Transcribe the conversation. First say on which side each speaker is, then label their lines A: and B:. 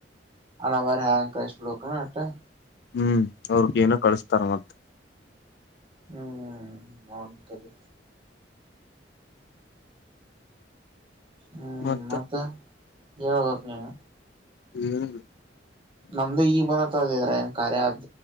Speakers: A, on the right; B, on the left.
A: ಹಣ ಅವಾರ ಹ್ಯಾಂ ಕ ಬಿಣ ಅ
B: ಹ್ಮ್ ಅವ್ರಗ ಏನೋ ಕಳಸ್ತಾರ ಮಂತ
A: ಹ್ಮ್ ಮನ್ಂತದೆ ಹ್ಮ್
B: ಮತ್ತ
A: ಮತ್ತೆ ಹೇಳ್ಬೇಕು ನೀವು
B: ಹ್ಮ್
A: ನಮ್ದು ಈಗ ಬಂದತದ ಇದ್ರ ಕಾರ್ಯ ಆಬ್